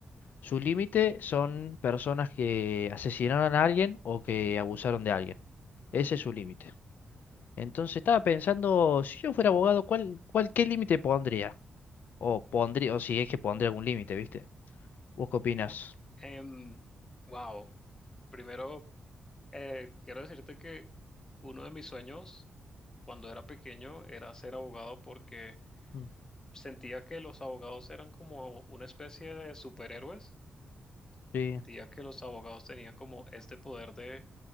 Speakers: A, on the left; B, on the left.
A: Su límite son personas que asesinaron a alguien o que abusaron de alguien. Ese es su límite. Entonces estaba pensando, si yo fuera abogado, ¿cuál, cuál, qué límite pondría? O pondría, o si es que pondría algún límite, ¿viste? ¿Vos qué opinas?
B: Em, wow. Primero, eh, quiero decirte que uno de mis sueños cuando era pequeño era ser abogado porque
A: Mm.
B: sentía que los abogados eran como una especie de superhéroes.
A: Sí,
B: Sentía que los abogados tenían como este poder de